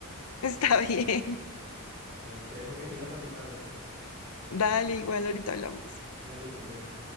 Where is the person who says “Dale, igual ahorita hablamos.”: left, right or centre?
Left